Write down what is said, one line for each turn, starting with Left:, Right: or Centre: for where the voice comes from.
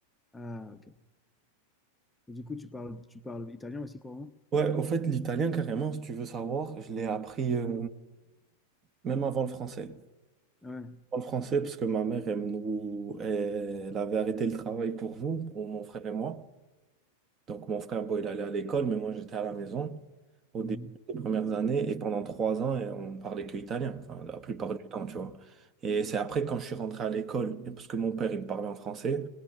Centre: Ah, ok. Et du coup, tu parles, tu parles italien aussi couramment?
Right: Ouais, au fait l'italien carrément, si tu veux savoir, je l'ai appris euh, même avant le français.
Centre: Ah Ouais.
Right: Avant le français parce que ma mère elle nous, elle avait arrêté le travail pour vous, pour mon frère et moi. Donc, mon frère, bon, il allait à l'école, mais moi, j'étais à la maison au
Centre: Mhm.
Right: début des premières années et pendant trois ans, et on parlait que italien, enfin, la plupart du temps, tu vois. Et c'est après, quand je suis rentré à l'école, et parce que mon père, il me parlait en français,